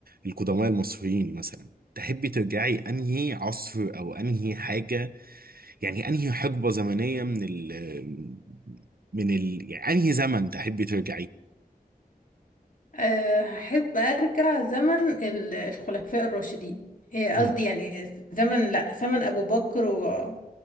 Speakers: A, on the right; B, on the left.
A: القدماء المصريين مثلا تحبي ترجعي انهي عصر او انهي حاجة يعني انهي حقبة زمنية من ال من ال يعني انهي زمن تحبي ترجعي
B: أه، هحب أرجع زمن ال- الخلفاء الراشدين إيه،
A: مم.
B: قصدي يعني زمن لأ زمن أبو بكر و...